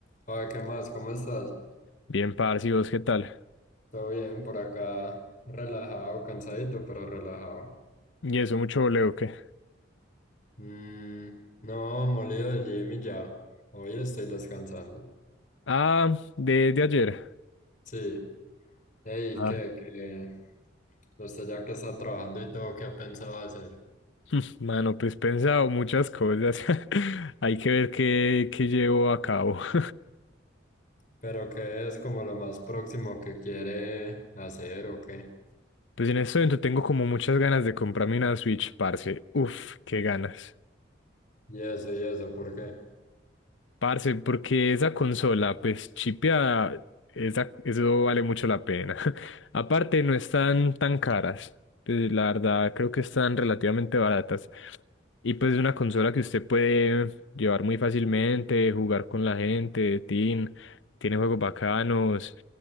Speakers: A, on the left; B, on the left.
A: Joder, ¿qué más? ¿Cómo estás?
B: Bien, parce, ¿y vos qué tal?
A: Todo bien, por acá, relajado, cansadito, pero relajado.
B: ¿Y eso mucho voleo o qué?
A: Mm, no, molido del gym y ya. Hoy estoy descansando.
B: Ah, de, de ayer.
A: Sí. Ey,
B: Ah,
A: ¿qué? ¿Qué? Usted ya que está trabajando y todo, ¿qué ha pensado hacer?
B: <laughs> mano, pues pensado muchas cosas. <laughs> Hay que ver qué, qué llevo a cabo. <laughs>
A: ¿Pero qué es como lo más próximo que quiere hacer o qué?
B: Pues en este momento tengo como muchas ganas de comprarme una Switch, parce. Uf, qué ganas.
A: Y eso, y eso, ¿por qué?
B: Parce, porque esa consola, pues chipia, esa, eso vale mucho la pena. <laughs> Aparte, no están tan caras. Pues, la verdad, creo que están relativamente baratas. Y pues es una consola que usted puede llevar muy fácilmente, jugar con la gente, teen, tiene juegos bacanos.